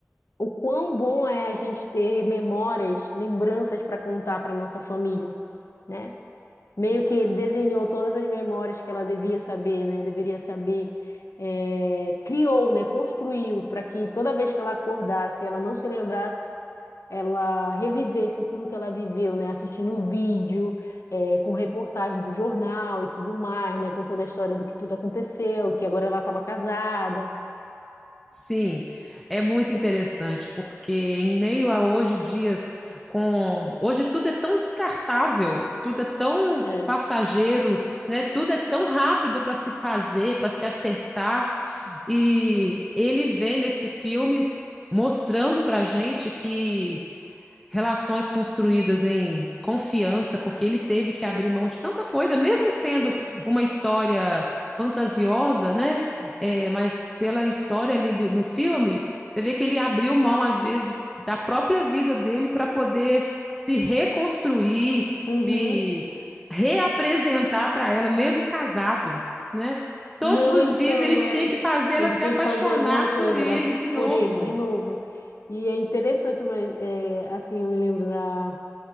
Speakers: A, on the left; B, in the centre.
A: o quão bom é a gente ter memórias, lembranças para contar para nossa família, né? Meio que ele desenhou todas as memórias que ela devia saber, né? Deveria saber. É, criou, né? Construiu para que toda vez que ela acordasse, ela não se lembrasse, ela revivesse tudo que ela viveu, né? Assistindo vídeo, é, com reportagem do jornal e tudo mais, né? Contando a história do que tudo aconteceu, que agora ela estava casada.
B: Sim, é muito interessante, porque em meio a hoje dias com hoje tudo é tão descartável, tudo é tão
A: É.
B: passageiro, né? Tudo é tão rápido para se fazer, para se acessar, e ele vem nesse filme mostrando para gente que relações construídas em confiança, porque ele teve que abrir mão de tanta coisa, mesmo sendo uma história fantasiosa, né? É, mas pela história ali do, no filme, você vê que ele abriu mão, às vezes, da própria vida dele para poder se reconstruir,
A: Uhum.
B: se reapresentar para ela, mesmo casado, né? Todos
A: Não,
B: os
A: então,
B: dias ele tinha
A: é.
B: que fazer ela
A: Ele
B: se
A: tinha
B: apaixonar
A: que fazer alguma coisa
B: por ele
A: lá
B: de novo.
A: por ele, de novo. E é interessante, mas é, assim, eu me lembro da,